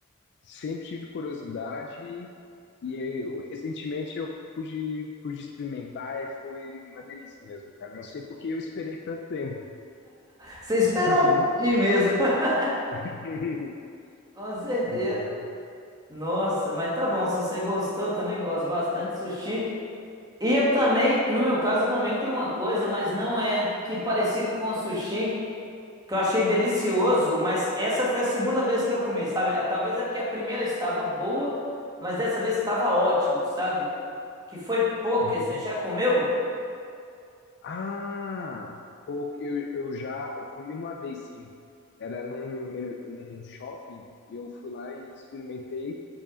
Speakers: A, on the left (about 55°); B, on the right (about 20°).
A: sempre tive curiosidade e eu- recentemente eu pude, pude experimentar e foi uma delícia mesmo, cara. Não sei por que eu esperei tanto tempo.
B: Você esperou
A: <laughs>
B: um pouquinho mesmo. <laughs>
A: Uhum.
B: Com certeza.
A: É.
B: Nossa, mas tá bom, se você gostou, eu também gosto bastante de sushi. E eu também, no meu caso, eu também tenho uma coisa, mas não é que parecido com o sushi, que eu achei delicioso, mas essa foi a segunda vez que eu comi, sabe? Ah, Talvez é porque a primeira estava boa, mas dessa vez estava ótimo, sabe? Que foi poke,
A: Uhum.
B: você já comeu?
A: Ah, pô, eu, eu já eu comi uma vez sim. Era num, mer- num shopping e eu fui lá e experimentei.